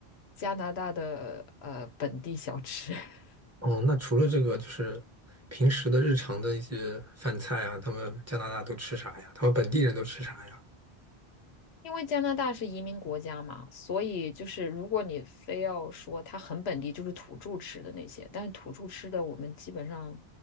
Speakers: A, on the left (about 80°); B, on the right (about 15°).
A: 加拿大的呃本地小吃，<laughs>
B: 哦，那除了这个，就是平时的日常的一些饭菜啊，他们加拿大都吃啥呀？他们本地人都吃啥呀？
A: 因为加拿大是移民国家嘛，所以就是如果你非要说它很本地，就是土著吃的那些，但是土著吃的我们基本上